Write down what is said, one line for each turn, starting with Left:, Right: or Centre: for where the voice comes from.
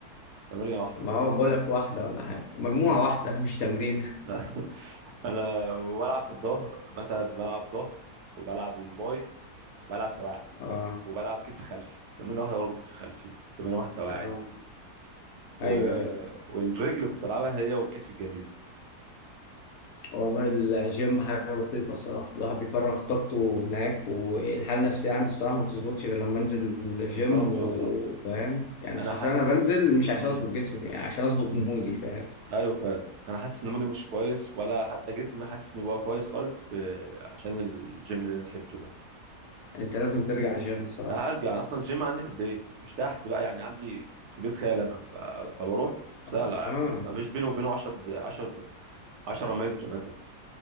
Right: تمرينه واحده
Left: ما
Right: بس
Left: هو بقول لك واحدة ولا حاجة مجموعة
Right: مم.
Left: واحدة مش تمرين
Right: لا <laughs> انا بلعب في الظهر مثلا بلعب ظهر وبلعب الباي وبلعب سواعد
Left: <laughs> آه
Right: وبلعب كتف خلفي تمرين واحده برضه كتف خلفي تمرين واحده سواعد
Left: آه
Right: و...
Left: أيوه أيوه
Right: والرجل كنت بلعبها هي والكتف الجانبي
Left: والله الجيم حاجة لطيفة الصراحة الواحد بيفرغ طاقته هناك والحالة النفسية عندي الصراحة ما بتظبطش غير لما أنزل الجيم
Right: بالظبط
Left: وفاهم
Right: والله
Left: يعني
Right: انا
Left: حرفيا
Right: حاسس
Left: أنا بنزل مش عشان
Right: امم
Left: أظبط جسمي يعني عشان أظبط مودي فاهم
Right: ايوه فعلا انا حاسس ان مودي مش كويس ولا حتى جسمي حاسس ان بقى كويس خالص ب... عشان الجيم اللي انا سيبته ده
Left: أنت لازم ترجع الجيم الصراحة
Right: لا هرجع اصلا الجيم عندي في البيت مش تحت بقى يعني عندي في بيت خال انا ف- فبروح في
Left: آه
Right: سهله
Left: آه.
Right: ما فيش بيني وبينه 10 10 10 متر مثلا